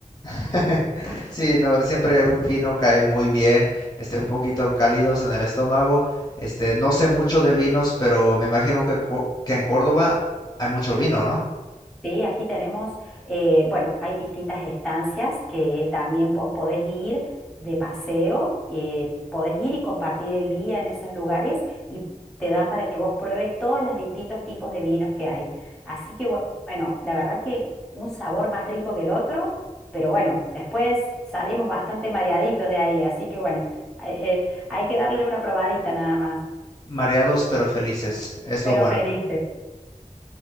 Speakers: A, on the left; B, in the centre.
A: <laughs> Sí, no, siempre un vino cae muy bien, este, un poquito cálidos en el estómago. Este, no sé mucho de vinos, pero me imagino que, co- que en Córdoba hay mucho vino, ¿no?
B: Sí, aquí tenemos, eh, bueno, hay distintas estancias que también vos podés ir de paseo, eh, podés ir y compartir el día en esos lugares y te dan para que vos pruebes todos los distintos tipos de vinos que hay. Así que bu- bueno, la verdad que un sabor más rico que el otro, pero bueno, después salimos bastante mareaditos de ahí, así que bueno, eh, eh, hay que darle una probadita nada más,
A: Mareados pero felices, es
B: pero
A: lo bueno.
B: felices.